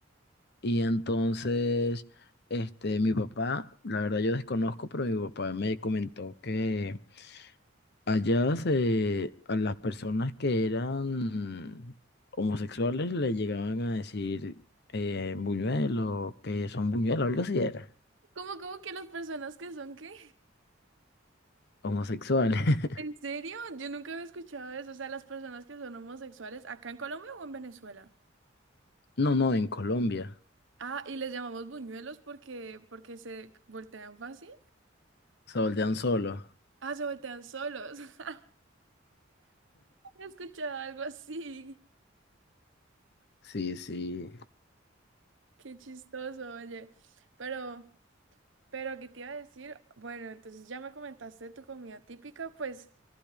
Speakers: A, on the left; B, on the right.
A: Y entonces, este, mi papá, la verdad yo desconozco, pero mi papá me comentó que allá se, a las personas que eran homosexuales le llegaban a decir eh, buñuelo, que son buñuelos, algo así era,
B: ¿Cómo, cómo que las personas que son qué?
A: homosexuales. <laughs>
B: ¿En serio? Yo nunca había escuchado eso. O sea, las personas que son homosexuales, ¿acá en Colombia o en Venezuela?
A: No, no, en Colombia.
B: Ah, y les llamamos buñuelos porque, porque se voltean fácil.
A: Se voltean solo.
B: Ah, se voltean solos. <laughs> He escuchado algo así.
A: Sí, sí.
B: Qué chistoso, oye. Pero, pero, ¿qué te iba a decir? Bueno, entonces ya me comentaste de tu comida típica, pues